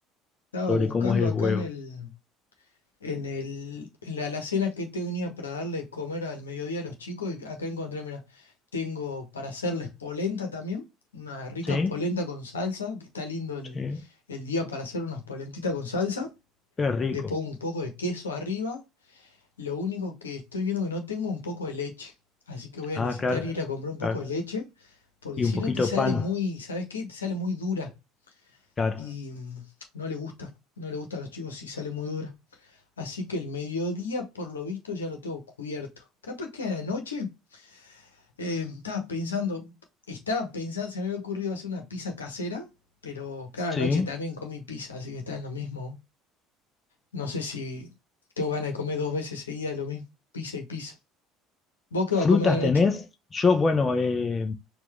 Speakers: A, on the left; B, on the left.
A: Estaba
B: sobre
A: buscando
B: cómo es el
A: acá
B: huevo.
A: en el, en el, en la alacena que tenía para darle de comer al mediodía a los chicos y acá encontré, mira, tengo para hacerles polenta también, una rica
B: Sí,
A: polenta con salsa, que está lindo el,
B: sí,
A: el día para hacer unas polentitas con salsa.
B: qué rico.
A: Le pongo un poco de queso arriba, Lo único que estoy viendo que no tengo un poco de leche, así que voy a
B: Ah,
A: necesitar
B: claro,
A: ir a comprar un poco
B: claro.
A: de leche, porque
B: Y
A: si
B: un poquito
A: no te sale
B: de pan,
A: muy, ¿sabes qué? Te sale muy dura
B: claro.
A: y mm, no le gusta, no le gusta a los chicos si sale muy dura. Así que el mediodía, por lo visto, ya lo tengo cubierto. Capaz que a la noche eh, estaba pensando, estaba pensando, se me había ocurrido hacer una pizza casera, pero cada
B: Sí,
A: noche también comí pizza, así que está en lo mismo. No sé si tengo ganas de comer dos veces seguidas lo mismo, pizza y pizza. ¿Vos qué
B: ¿Frutas
A: vas a comer anoche?
B: tenés? Yo, bueno, eh,